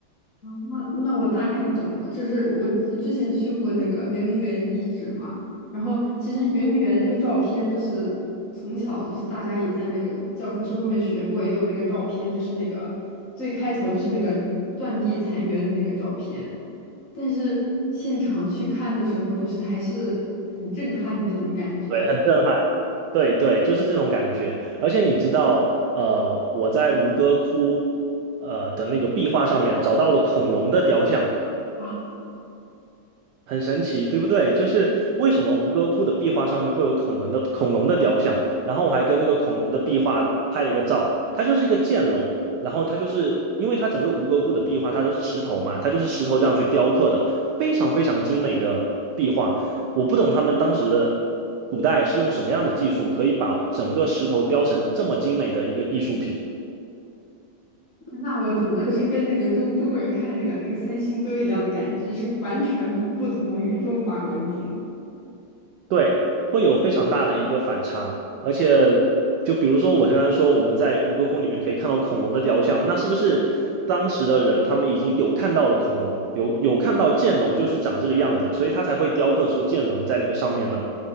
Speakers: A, on the left; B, on the right.
A: 啊，那那我大概懂了，就是我之前去过那个圆明园遗址嘛，然后其实圆明园那个照片，就是从小就是大家也在那个教科书上面学过，也有那个照片，就是那个最开头就是那个断壁残垣的那个照片，但是现场去看的时候，就是还是很震撼的那种感觉
B: 对，很震撼。对对，就是这种感觉。而且你知道，呃，我在吴哥窟呃的那个壁画上面找到了恐龙的雕像，
A: 啊。
B: 很神奇，对不对？就是为什么吴哥窟的壁画上面会有恐龙的恐龙的雕像，然后我还跟那个恐龙的壁画拍了一个照，它就是一个剑龙，然后它就是因为它整个吴哥窟的壁画它都是石头嘛，它就是石头这样去雕刻的，非常非常精美的壁画。我不懂他们当时的古代是用什么样的技术，可以把整个石头雕成这么精美的一个艺术品。
A: 那我懂了，就是跟那个中中国人看那个那个三星堆一样的感觉，是完全不同于中华文明。
B: 对，会有非常大的一个反差，而且就比如说我刚刚说我们在吴哥窟里面可以看到恐龙的雕像，那是不是当时的人他们已经有看到了恐龙，有有看到剑龙就是长这个样子，所以他才会雕刻出剑龙在那个上面呢？